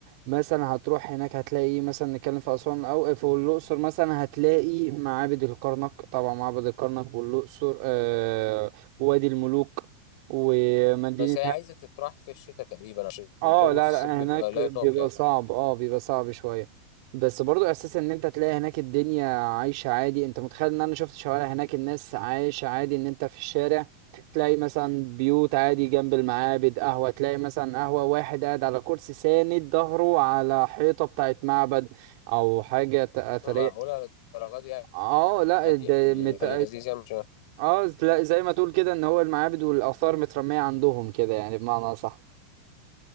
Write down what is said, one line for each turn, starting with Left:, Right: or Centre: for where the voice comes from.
Right: مثلا هتروح هناك هتلاقي إيه؟ مثلا نتكلم في اسوان او في الاقصر مثلا هتلاقي معابد الكرنك طبعا معبد الكرنك والاقصر آه وادي الملوك ومدينة
Left: بس هي عايزة تتراح في الشتاء تقريبا عشان
Right: اه
Left: الجو
Right: لا
Left: في الصيف
Right: لا
Left: بيبقى
Right: هناك
Left: لا
Right: بيبقى
Left: يطاق يعني
Right: صعب اه بيبقى صعب شوية بس برضو احساس ان انت تلاقي هناك الدنيا عايشة عادي انت متخيل ان انا شفت شوارع هناك الناس عايشة عادي ان انت في الشارع تلاقي مثلا بيوت عادي جنب المعابد قهوة تلاقي مثلا قهوة واحد قاعد على كرسي ساند ظهره على حيطة بتاعت معبد او حاجة ت- اثرية
Left: معقولة للدرجة دي يعني؟
Right: اه
Left: عادي
Right: لا ده
Left: في, ال-
Right: مت...
Left: في اللذيذ يعني مش
Right: اه لا زي ما تقول كده ان هو المعابد والاثار مترمية عندهم كده يعني بمعنى صح